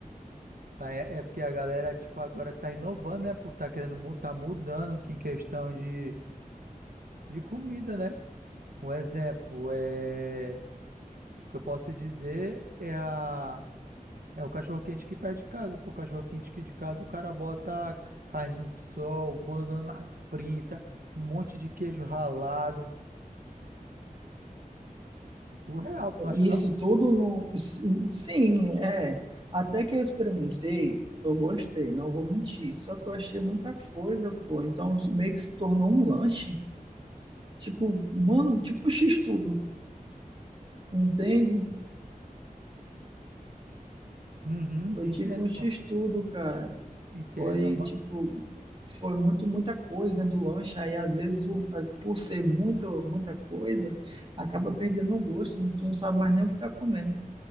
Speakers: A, on the right; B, on the right.
A: ah, É, é porque a galera, tipo, agora tá inovando, né? Por tá querendo mu- tá mudando que em questão de, de comida, né? Um exemplo é. O que eu posso dizer é a. É o cachorro-quente que perto de casa. Pô, o cachorro-quente aqui de casa, o cara bota carne de sol, banana frita, um monte de queijo ralado. Surreal, tu não acha,
B: isso
A: não?
B: tudo no. si- Sim, é. Até que eu experimentei, eu gostei, não vou mentir. Só que eu achei muita coisa, pô. Então meio que se tornou um lanche. Tipo, mano, tipo um X-tudo, entende?
A: Uhum,
B: Foi
A: entendo,
B: tipo um
A: pô.
B: X-tudo, cara.
A: Entendo,
B: Foi tipo, foi muito, muita coisa dentro do lanche. Aí às vezes, o- aí, por ser muito, muita coisa, acaba
A: Uhum.
B: perdendo o gosto. não- Tu não sabe mais nem o que tá comendo.